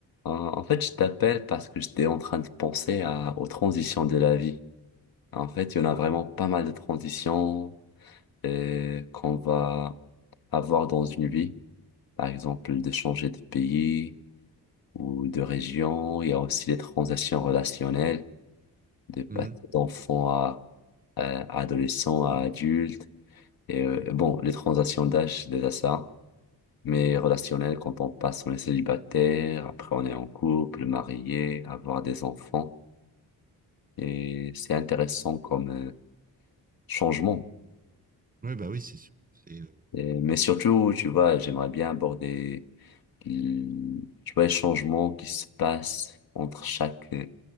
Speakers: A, on the left (about 65°); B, on the right (about 20°).
A: Euh, En fait, je t'appelle parce que j'étais en train de penser à, aux transitions de la vie. En fait, il y en a vraiment pas mal de transitions euh, qu'on va avoir dans une vie. Par exemple, de changer de pays ou de région. Il y a aussi les transitions relationnelles, de passer
B: Mhm.
A: d'enfant à, euh, adolescent à adulte. Et euh, bon, les transitions d'âge, c'est déjà ça. Mais relationnelles, quand on passe, on est célibataire, après on est en couple, marié, avoir des enfants. Et c'est intéressant comme euh, changement.
B: Ouais, bah oui, c'est sûr. que C'est, euh,
A: Et- mais surtout, tu vois, j'aimerais bien aborder, l- tu vois, les changements qui se passent entre chaque, euh,